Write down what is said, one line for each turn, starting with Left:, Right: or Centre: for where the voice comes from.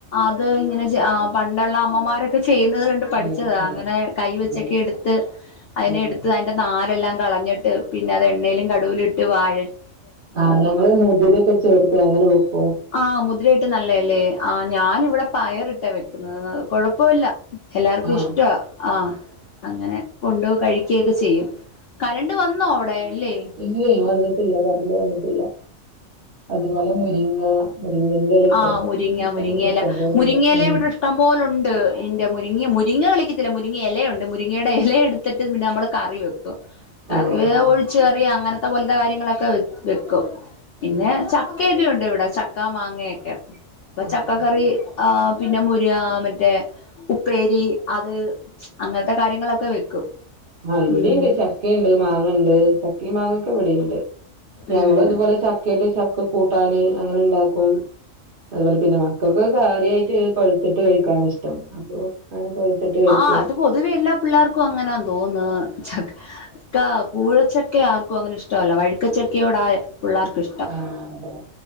Left: അത് ഇങ്ങനെ പണ്ടുള്ള അമ്മമാരൊക്കെ ചെയ്യുന്നത് കണ്ട് പഠിച്ചത
Right: ഉം ഉം
Left: അങ്ങനെ കൈ വെച്ചൊക്കെ
Right: ഉം
Left: എടുത്ത് അതിനെ
Right: ഉം
Left: എടുത്ത് അതിറെ ന അല്ലാം കളഞ്ഞിട്ട് പിന്നെ അത് എണ്ണയിലും കടുവും ഇട്ട് വാഴ
Right: ആ് ഞങ്ങള് മുതിരൊക്കെ ചേർത്ത് അങ്ങനെ വക്കും
Left: ആഹ മുതിരായിട്ട് നല്ലതല്ലേ ആ് ഞാാന ഇവിടെ പയറി ഇട്ടാ വെക്കുന്നത് കൊഴപ്പമല്ല എല്ലാർക്കും
Right: ആഹ്
Left: ഇഷ്ട ആഹ അങ്ങനെ കൊണ്ട് കഴിക്കയൊക്കെ ചെയ്യും കരണ്ട് വന്നോ അവിടെ അല്ലേ
Right: ഇല്ലേ വന്നിട്ടില്ല കറണ്ട് വന്നിട്ടില്ല അതുപോലെ മുരിങ്ങ മുരിങ്ങന്റെ ഇലൊക്കെ
Left: ആമുരിങ്ങ
Right: ഉണ്ട് ഞങ്ങക്ക്
Left: മുരിങ്ങല
Right: ഇഷ്ടം പോലെണ്ട്
Left: മുരിങ്ങല
Right: ഉം
Left: ഇവിടെ ഇഷ്ടം പോോലുണ്ട് എന്റെ മുരിങ്ങ മുരി ഇങ്ങെ വിളിക്കത്തില്ല മുരിങ്ങ ഇലയുണ്ട് മുരിങ്ങയുടെ ഇല എടുത്തിട്ട് പിന്നെ നമ്മൾ കറി വെക്കും കറി
Right: ആഹ്
Left: ഒഴിച്ചച്ച് കറിയ അങ്ങനത്തെ പോലത്തെ കാര്യങ്ങളൊക്കെ വെക്കും പിന്നെ
Right: ആഹ്
Left: ചക്കയൊക്കെ ഉണ്ട് ഇവിടെ ചക്ക മാങ്ങയൊക്കെ ഇപ്പൊ
Right: ഉം
Left: ചക്ക
Right: ഉം
Left: കറി ആ പിന്നെ മുരി മറ്റേ ഉപ്പേരി അത് അങ്ങനത്തെ കാര്യങ്ങളൊക്കെ വെക്കും
Right: ആഹ് ഇവിടെുണ്ട്
Left: ഉം
Right: ചക്കയുണ്ട് മാങ്ങ ഉണ്ട് ചക്ക മാങ്ങൊക്കെ ഇവിടെുണ്ട് ഞങ്ങും
Left: ഉം
Right: അതുപോലെ ചക്ക ആട്ട് ചക്ക കൂട്ടാന് അങ്ങനെ ഉണ്ടാക്കും അതുപോലെ പിന്നെ മക്കൾക്ക് കാര്യമായിട്ട് പഴുത്തിട്ട് കഴിക്കാൻ ഇഷ്ടം അപ്പോ അങ്ങനെ കഴിക്കും
Left: ആ അത് പൊതുവെ എല്ലാ പിള്ളേർക്കും ർക്കും അങ്ങനാ തോന്നുന്നു ചക്ക കൂഴച്ചക്ക ആർക്കും അങ്ങനെ ഇഷ്ടമല്ല വഴുക്കച്ചക്കയോട പിള്ളേർക്കിഷ്ടം
Right: ആഹ് അതെ അതെ